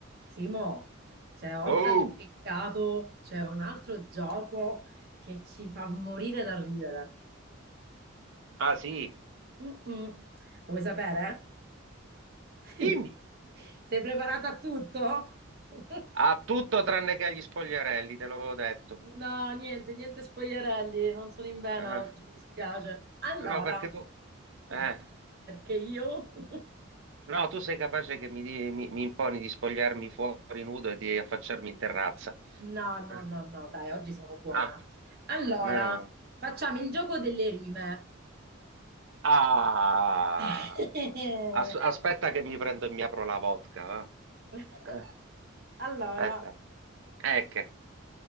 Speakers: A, on the right; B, on the right.
A: Simo, cioè, oltre
B: Oh,
A: all'impiccato c'è un altro gioco che ci fa morire da ridere.
B: ah sì,
A: Mm-mm. Lo vuoi sapere? <laughs>
B: dimmi.
A: Sei preparata a tutto? <laughs>
B: Ha tutto tranne che agli spogliarelli, te l'avevo detto.
A: No, niente, niente spogliarelli, non sono in vena
B: Eh,
A: oggi, mi dispiace. Allora,
B: no, perché tu...
A: <laughs>
B: Eh,
A: perché io? <laughs>
B: no, tu sei capace che mi, di- mi- mi imponi di spogliarmi fuori nudo e di affacciarmi in terrazza.
A: No, no,
B: Eh,
A: no, no, dai, oggi sono buona.
B: Ah,
A: Allora,
B: meno male.
A: facciamo il gioco delle rime.
B: Ah,
A: <laughs>
B: as- aspetta che mi prendo e mi apro la vodka, va?
A: <laughs>
B: Eh,
A: Allora,
B: aspetta. Ecco,